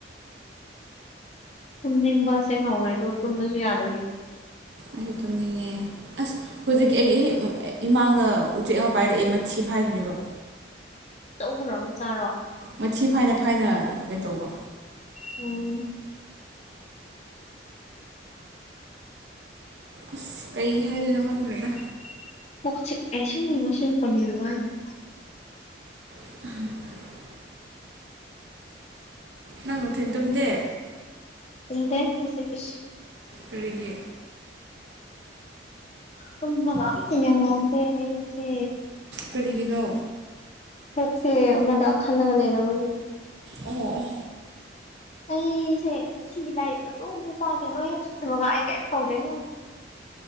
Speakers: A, on the left; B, on the right.
A: ꯇꯨꯝꯅꯤꯡꯕꯁꯦ ꯍꯧꯔꯦ ꯑꯗꫭ ꯇꯨꯝꯕꯁꯨ ꯌꯥꯗꯕꯤ꯫
B: ꯑꯩꯁꯨ ꯇꯨꯝꯅꯤꯡꯉꯦ ꯑꯁ ꯍꯧꯖꯤꯛꯀꯤ ꯑꯩꯒꯤ ꯍꯦꯛ ꯏꯃꯥꯡꯗ ꯎꯆꯦꯛ ꯑꯃ ꯄꯥꯏꯔꯛꯑꯦ ꯃꯊꯤ ꯐꯥꯏꯈ꯭ꯔꯤꯕ꯫
A: ꯑꯆꯧꯕꯔꫭ ꯃꯆꯥꯔꫭ?
B: ꯃꯊꯤ ꯐꯥꯏꯅ- ꯐꯥꯏꯅ ꯀꯩꯅꫭ ꯇꯧꯕ
A: ꯎꯝ
B: ꯑꯁ ꯀꯩ ꯍꯥꯏꯗꯣꯏꯅꯣ ꯈꯪꯗ꯭ꫪ‌ꯦꯗ꯫
A: <unintelligible>
B: <unintelligible> ꯅꯪ ꯅꯨꯡꯊꯤꯟꯇꯨꯝꯗꯦ
A: <unintelligible>
B: ꯀꯔꯤꯒꯤ?
A: ꯇꯨꯝꯕꯒꯥ ꯑꯝꯇ ꯌꯥꯗꯦ ꯑꯩꯁꯦ
B: ꯀꯔꯤꯒꯤꯅꯣ?
A: ꯀꯣꯛꯁꯦ ꯑꯃꯗ ꯈꯜꯂꯒ ꯂꯩꯔꯕꯒꯤ
B: ꯑꯣ
A: ꯑꯩꯁꯦ ꯉꯁꯤꯒꯤ ꯂꯥꯏꯔꯤꯛ ꯃꯔꯨ ꯑꯝꯕꯨ ꯄꯥꯗꯦ ꯅꯣꯏ <unintelligible> ꯑꯩ ꯀꯩꯝ ꯇꯧꯗꯦ ꯁꯨꯝ